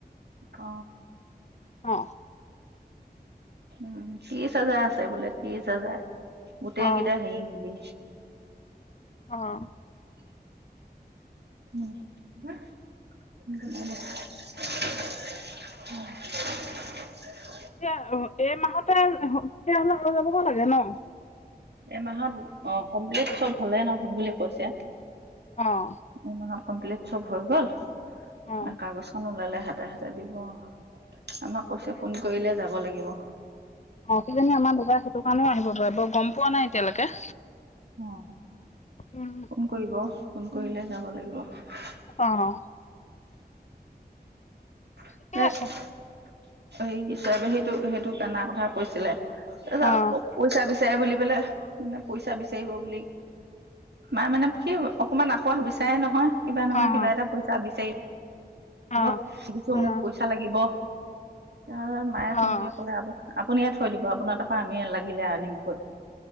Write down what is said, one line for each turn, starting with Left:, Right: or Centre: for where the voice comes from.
Right: অ
Left: অ
Right: উম, ত্ৰিশ হাজাৰ আছে বোলে, ত্ৰিশ হাজাৰ। গোটেই
Left: অ'
Right: কেইটা সেই
Left: অ',
Right: <unintelligible> উম
Left: এতিয়া এই মাহতে তেতিয়াহ'লে আৰু যাবগৈ লাগে ন
Right: এ মাহত অ কমপ্লিট চব হলেই নহয় বুলি কৈছে
Left: অ'!
Right: এমাহত কমপ্লিট চব হৈ গ'ল
Left: অ'
Right: এ কাগজ খখন ওলালে হাতে হাতে দিব অ'! আমাক
Left: অ'
Right: কৈছে
Left: কিজানি
Right: ফোন কৰিলে যাব লাগিব অ
Left: অ' কিজানি আমাৰ দুটাৰ সেইটো কাৰণেও আহিব পাৰে। বাৰু গম পোৱা নাই এতিয়ালৈকে!
Right: আহ
Left: উম,
Right: ফোন কৰিব ফোন কৰিলে যাব লাগিব
Left: অ
Right: <unintelligible>
Left: ঠিকে আছে।
Right: এই, হিচাবে সেইটো, সেইটোক অনাৰ কথা কৈছিলে। পইচা
Left: অ'
Right: পছ বিচাৰে বুলি পেললে মানে পইচা বিচাৰিব বুলি মা মানে কি অকমান আসাহ বিচাৰে নহয় কিবা নহয়
Left: অ'
Right: কিবা এটা পইচা বিচাৰি <unintelligible>
Left: অ'
Right: দিছো
Left: অ'
Right: মোক পইচা লাগিব। তাৰছ মায়ে
Left: অ' অ'
Right: ফোন কৰি ক'লে আব আপুনি ইয়াত থৈ দিব আপোনাৰ তাৰপৰা আমি লাগিলে আনিমগৈ